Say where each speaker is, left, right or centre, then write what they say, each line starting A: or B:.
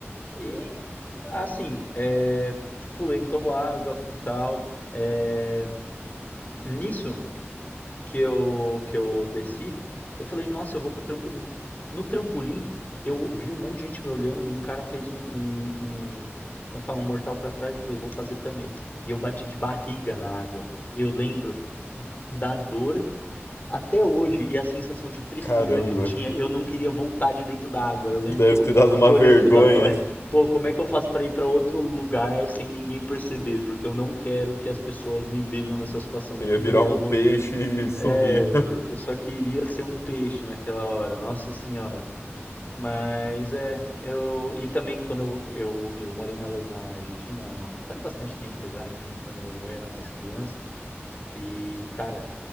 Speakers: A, on the left; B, on the left.
A: e Assim, é, pulei no toboágua e tal. é, nisso que eu, que eu desci, eu falei, nossa, eu vou pro trampolim. No trampolim, eu vi um monte de gente me olhando, um cara fez um, um, um como é que fala, um mortal pra trás, eu falei, vou fazer também. E eu bati de barriga na água. Eu lembro da dor até hoje, e a sensação de tristeza
B: Caramba,
A: que eu tinha, eu não queria voltar de dentro da água. Eu lembro
B: deve
A: que eu
B: ter dado
A: fiquei
B: uma vergonha.
A: olhando para os lados e falei: pô, como é que eu faço para ir para outro lugar sem ninguém perceber? Porque eu não quero que as pessoas me vejam nessa situação.
B: Queria
A: Que
B: virar
A: vergonha.
B: um peixe e sumir.
A: É, eu eu só queria ser um peixe naquela hora, nossa senhora. Mas é, eu. E também quando eu, eu, eu morei na, na Argentina, faz bastante tempo já, enfim, quando eu era mais criança. E, cara.